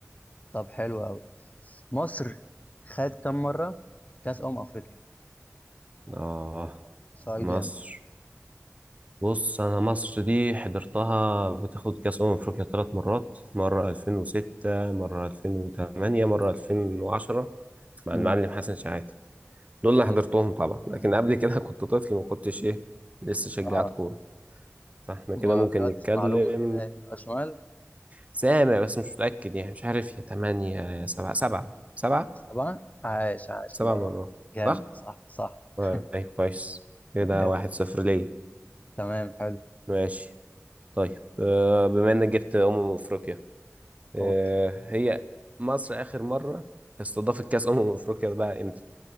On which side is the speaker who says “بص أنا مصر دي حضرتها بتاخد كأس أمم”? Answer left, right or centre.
Right